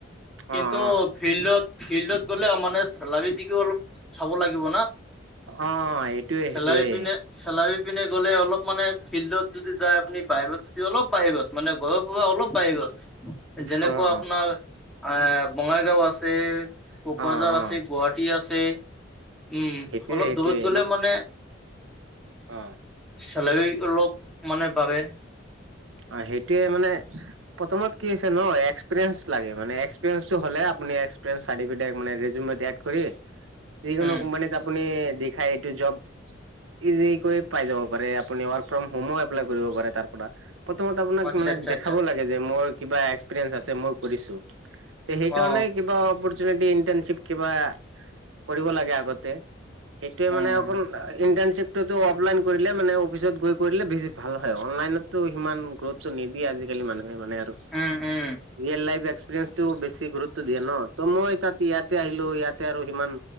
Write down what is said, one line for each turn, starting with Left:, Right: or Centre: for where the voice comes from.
Centre: কিন্তু
Right: অ অ
Centre: ফিল্ডত ফিল্ডত গ'লে মানে চেলাৰি দিশেও অলপ চাব লাগিব
Right: অ সেইটোয়ে
Centre: চেলাৰী
Right: সেইটোয়ে
Centre: পিনে চেলাৰী পিনে গ'লে অলপ মানে ফিল্ডত যদি যায় আপুনি বাহিৰত অলপ বাহিৰত মানে গৰৰ পৰা অলপ বাহিৰত যেনেকুৱা
Right: অ অ
Centre: আপোনাৰ অ' বঙাইগাঁও আছে, কোকৰাঝাৰ
Right: অ অ
Centre: আছে, গুৱাহাটী আছে উম,
Right: সেইটোয়ে
Centre: অলপ
Right: সেইটোয়ে
Centre: দূৰত গ'লে মানে
Right: অ',
Centre: চেলাৰী অলপ মানে বাঢ়ে
Right: অ', সেইটোৱে মানে প্ৰথমত কি হৈছে ন এক্সপিৰিয়েঞ্চ লাগে মানে এক্সপিৰিয়েঞ্চটো হ'লে মানে এক্সপ্ৰিয়েঞ্চ চাৰ্টিপিকেট ৰিজিউমত এড কৰি যিকোন
Centre: উম
Right: কুম্পেনীত আপুনি দেখাই এইটো জব ইজিকৈ পাই যাব পাৰে আপুনি ৱৰ্ক ফ্ৰম হোমো এপ্লাই কৰিব পাৰে তাৰ পৰা৷ প্ৰথমতে আপোনাক
Centre: আচ্ছা
Right: কিবা
Centre: আচ্ছা
Right: দেখাব
Centre: আচ্ছা
Right: লাগে মোৰ এক্সপ্ৰিয়েঞ্চ আছে মই কৰিছো৷ তে সেইকাৰণে
Centre: অ
Right: কিবা অপৰচুনিটি ইন্টাৰ্নশ্বিপ কিবা কৰিব লাগে আগতে৷ সেইটোৱে
Centre: উম
Right: মানে অকল ইণ্টাৰ্ণশ্বিপ অফলাইন কৰিলে মানে অফিচত গৈ কৰি দলে বেছি ভাল হয় অনলাইনতো সমান গুৰুত্ব নিদিয়ে আজিকালি মানুহে মানে আৰু
Centre: উম উম
Right: ৰিয়েল লাইফ এক্সপ্ৰিয়েঞ্চ বেছি গুৰুত্ব দিয়ে ন ত' মই তাত ইয়াতে আহি হলেও ইয়াতে আৰু সিমান